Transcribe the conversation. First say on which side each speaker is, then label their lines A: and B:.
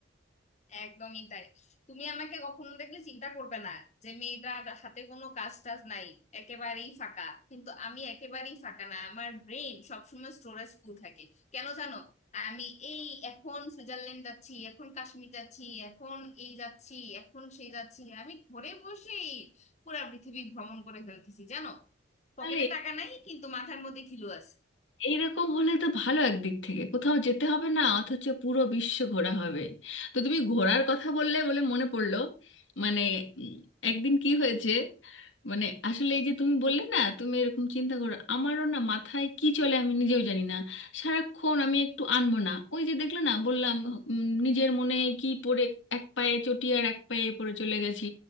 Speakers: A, on the left; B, on the left.
A: একদমই তাই তুমি আমাকে কখনো দেখলে চিন্তা করবে না যে মেয়েটার হাতে কোনো কাজ টাজ নাই একেবারেই ফাঁকা কিন্তু আমি একেবারেই ফাঁকা না আমার ব্রেন সবসময় স্টোরেজ ফুল থাকে কেন জানো আমি এই এখন সুইজারল্যান্ড যাচ্ছি এখন কাশ্মীর যাচ্ছি এখন এই যাচ্ছি এখন সেই যাচ্ছি আমি ঘরে বসেই পুরা পৃথিবী ভ্রমণ করে ফেলতেছি জানো পকেটে
B: তাহলে
A: টাকা নাই কিন্তু মাথার মধ্যে খিলু আছে
B: এইরকম হলে তো ভালো একদিক থেকে কোথাও যেতে হবে না অথচ পুরো বিশ্ব ঘোরা হবে তো তুমি ঘোরার কথা বললে বলে মনে পড়লো মানে উম, একদিন কি হয়েছে মানে আসলে এই যে তুমি বললে না তুমি এরকম চিন্তা করো আমারও না মাথায় কি চলে আমি নিজেও জানি না সারাক্ষণ আমি একটু আনমনা ওই যে দেখলে না বললাম উম, নিজের মনে কি পড়ে এক পায়ে চটি আর এক পায়ে পড়ে চলে গেছি